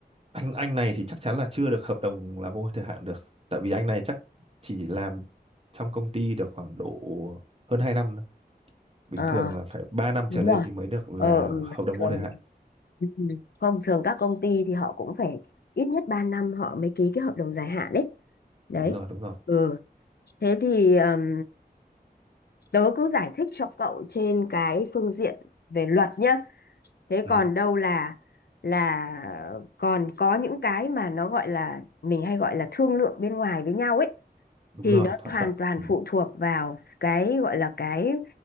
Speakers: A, on the right; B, on the left.
A: Anh anh này thì chắc chắn là chưa được hợp đồng là vô thời hạn được tại vì anh này chắc chỉ làm trong công ty được khoảng độ hơn 2 năm thôi. Bình
B: ờ
A: thường là phải 3 năm
B: đúng
A: trở lên
B: rồi
A: thì mới được là
B: ờ ừ,
A: hợp đồng
B: thường
A: vô thời hạn.
B: thì ừ, ừ. không thường các công ty thì họ cũng phải ít nhất 3 năm họ mới ký cái hợp đồng dài hạn đấy đấy
A: Đúng rồi, đúng rồi.
B: ừ thế thì ừm, tớ cứ giải thích cho cậu trên cái phương diện về luật nhá thế
A: Ừ,
B: còn đâu là là còn có những cái mà nó gọi là mình hay gọi là thương lượng bên ngoài với nhau ấy
A: đúng
B: thì
A: rồi,
B: nó
A: thỏa
B: hoàn
A: thuận.
B: toàn
A: Ừ,
B: phụ thuộc vào cái gọi là cái